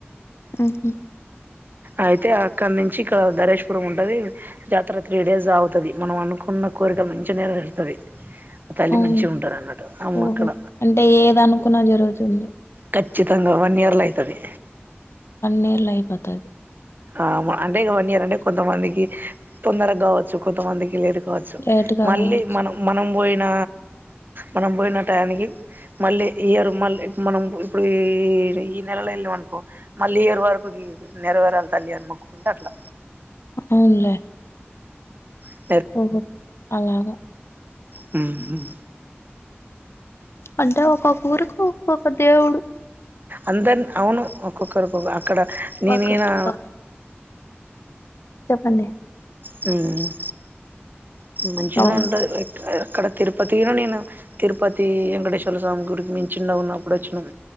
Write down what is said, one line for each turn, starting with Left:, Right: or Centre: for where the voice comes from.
Left: ఉ హు
Right: అయితే అక్కన్నుంచి ఇక్కడ దరేషపురం ఉంటది. జాతర త్రీ డేస్ సాగుతది. మనం అనుకున్న కోరిక మంచి నెరవేరుతది. తల్లి
Left: అవును
Right: మంచిగ ఉంటరు అన్నట్టు అమ్మ
Left: ఓహో
Right: అక్కడ.
Left: అంటే ఏదనుకున్నా జరుగుతుంది.
Right: ఖచ్చితంగా వన్ ఇయర్ లో అయితది.
Left: వన్ ఇయర్ లో అయిపోతాయి.
Right: ఆ అంటే వన్ ఇయర్ అంటే కొంతమందికి తొందర గావచ్చు, కొంతమందికి లేట్ గ్ గావచ్చు
Left: లేటుగా
Right: మళ్ళీ
Left: కావచ్చు
Right: మనం మనం బోయిన మనం బోయిన టైయానికి మళ్ళీ ఈ ఇయరు మళ్ళి మనం ఇప్పుడు ఈ ఈ నెలలో ఎల్లాం అనుకో మళ్ళీ ఇయర్ వరకు గి నెరవేరాలి తల్లి అని మొక్కుకుంటే అట్లా
Left: అవున్లే
Right: మ్
Left: ఓహొ అలాగ
Right: మ్
Left: అంటే ఒక్కొక్క ఊరుకు ఒక్కొక్క దేవుడు.
Right: అందరు అవును ఒక్కొక్కరు ఒగొగ అక్కడ ఈ
Left: ఒక
Right: నేనా
Left: ఆ చెప్పండి
Right: మ్ మంచినే
Left: అవును
Right: ఉంటది లైక్ అక్కడ తిరుపతిను నేను తిరుపతీ వెంకటేశ్వరల స్వామి గుడికి మేం చిన్నగ ఉన్నప్పుడు వచ్చినం.